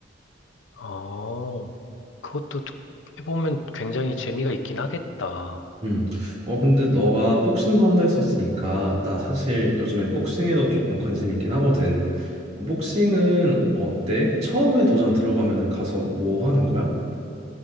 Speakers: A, on the left; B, on the right.
A: 어, 그것도 듣- 해보면 굉장히 재미가 있긴 하겠다.
B: 음. 어, 근데 너가 복싱도 한다 했었으니까, 나 사실 요즘에 복싱에도 조금 관심 있긴 하거든. 어, 복싱은 어때? 처음에 도장 들어가면은 가서 뭐 하는 거야?